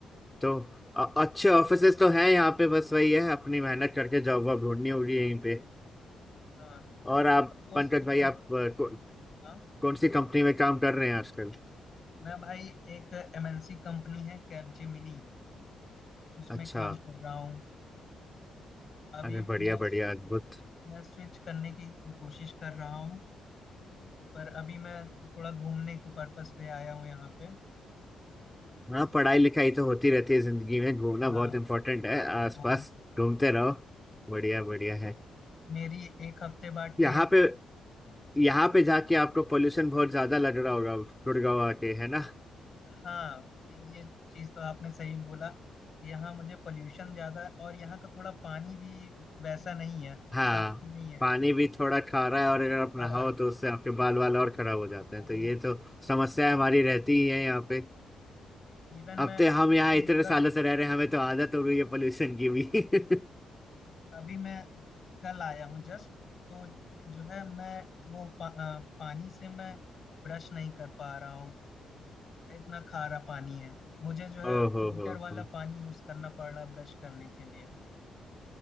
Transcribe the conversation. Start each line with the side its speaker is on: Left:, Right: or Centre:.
Centre: तो अ- अच्छे ऑफिसेस तो हैं यहाँ पे बस वही है अपनी मेहनत करके जॉब वॉब ढूंढनी होगी यहीं पे
Left: हाँ
Centre: और
Left: तो
Centre: आप
Left: मेरा दोस्त
Centre: पंकज भाई
Left: एक
Centre: आप अ, कौ,
Left: हाँ
Centre: कौन सी कंपनी में काम कर रहे हैं आजकल
Left: मैं भाई एक एमएनसी कंपनी है कैपजेमिनी उसमें
Centre: अच्छा
Left: काम कर रहा हूँ अभी
Centre: अरे
Left: मैं
Centre: बढ़िया बढ़िया अद्भुत
Left: मैं स्विच करने की कोशिश कर रहा हूँ पर अभी मैं थोड़ा घूमने के पर्पस पे आया हूँ यहाँ पे
Centre: हाँ पढ़ाई लिखाई तो होती रहती है जिंदगी में घूमना
Left: हाँ
Centre: बहुत इम्पोर्टेंट है आसपास
Left: हाँ
Centre: घूमते रहो बढ़िया बढ़िया है
Left: मेरी एक हफ्ते बाद
Centre: यहाँ
Left: ट्रेन
Centre: पे यहाँ पे जाके आपको पोल्यूशन बहुत ज्यादा लग रहा होगा अब, गुड़गांव आके है ना
Left: हाँ ये चीज तो आपने सही बोला यहाँ मुझे पोल्यूशन ज्यादा और यहाँ का थोड़ा पानी भी वैसा नहीं है
Centre: हाँ
Left: साफ नहीं है
Centre: पानी भी थोड़ा खारा है और अगर आप नहाओ
Left: सारा
Centre: तो
Left: है
Centre: उससे आपके बाल वाल और खराब हो जाते हैं
Left: अरे
Centre: तो ये तो समस्या हमारी रहती ही है यहाँ पे
Left: इवन
Centre: अब
Left: मैं
Centre: तो
Left: टूथ
Centre: हम यहाँ इतने
Left: ब्रश
Centre: सालों से रह रहे हैं हमें तो आदत हो रही है पोल्यूशन की भी <laughs>
Left: अभी मैं कल आया हूँ जस्ट तो जो है मैं वो पा, अ, पानी से मैं ब्रश नहीं कर पा रहा हूँ इतना खारा पानी है मुझे जो है
Centre: ओहो
Left: फिल्टर
Centre: हो
Left: वाला
Centre: हो
Left: पानी यूज करना पड़ रहा है ब्रश करने के लिए